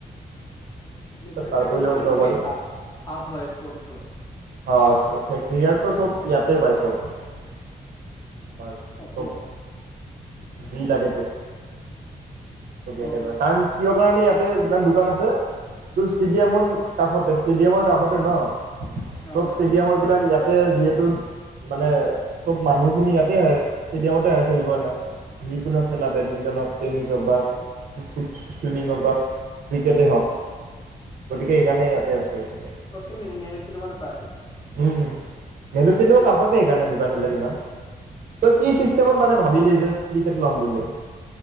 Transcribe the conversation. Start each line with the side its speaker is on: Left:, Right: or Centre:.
Left: উলুবাৰীতে
Right: তাৰ পৰাই
Left: উলুবাৰীতে
Right: ল ল'ব
Left: মেইন
Right: পাৰি
Left: হাফ হাফ হয় স্পৰ্টচৰ
Right: অ ফেৰিয়াৰতটো চব ইয়াতে পায় চব আমাৰ
Left: তাকে
Right: চব যি লাগে তোক <unintelligible> কাৰণ
Left: অ
Right: কিয় <unintelligible> ইয়াতে ইমান দোকান আছে তোৰ ষ্টেডিয়ামখন কাষতে ষ্টেডিয়ামৰ কাষতে ন
Left: অ
Right: চব ষ্টেডিয়ামৰবিলাক
Left: সেইটো হয়।
Right: ইয়াতে যিহেতু মানে চব মানুহখিনি ইয়াতে আহে ষ্টেডিয়ামতে আহে খেলিবৰ কাৰণে যিকোনো খেলা বেডমিণ্টন হওক, টেনিছ হওক বা <inaudible> <unintelligible> বা। ক্ৰিকেটেই হওঁক, গতিকে এইকাৰণেই ইয়াতে আছে। বেছিকে
Left: <unintelligible> পায়।
Right: উম মেনু চেনো কাষতে সেইকাৰণে দোকানবিলাক, ইমান তই কি চিষ্টেমত মানে ভাবিলি যে কিকেট ল'ম বুলি।